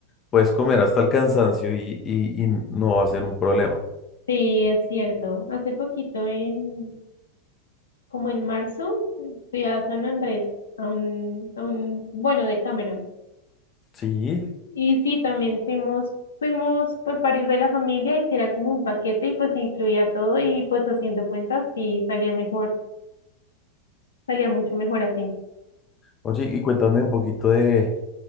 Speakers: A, on the left (about 25°); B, on the left (about 70°).
A: puedes comer hasta el cansancio y, y, y no va a ser un problema.
B: Sí, es cierto. Hace poquito en como en marzo, fui a San Andrés, a un, a un, bueno, de Cameron.
A: Sí,
B: Y sí, también fuimos, fuimos pues varios de la familia, y sí era como un paquete y pues incluía todo y pues haciendo cuentas sí salía mejor, salía mucho mejor así.
A: oye, y cuéntame un poquito de,